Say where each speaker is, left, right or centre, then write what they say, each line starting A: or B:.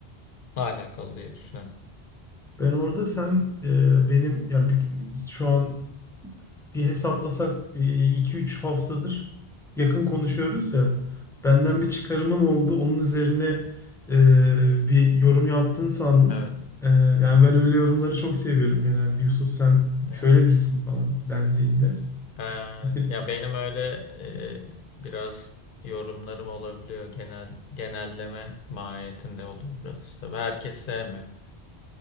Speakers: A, on the left; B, in the centre.
A: alakalı diye düşünüyorum.
B: ben orada sen e, benim ya bir- şu an bir hesaplasak e, iki üç haftadır yakın konuşuyoruz
A: Hı hı.
B: ya. Benden
A: Hı hı.
B: bir çıkarımın oldu. Onun üzerine e, bir yorum yaptın sandım.
A: Evet.
B: E, yani
A: Hı hı.
B: ben öyle yorumları çok seviyorum genelde. Yusuf sen
A: Ee,
B: şöyle birisin falan dendiğinde.
A: Evet.
B: <laughs>
A: Ya benim öyle e, biraz yorumlarım olabiliyor genel genelleme mahiyetinde oluyor biraz. Tabii herkes sevmiyor.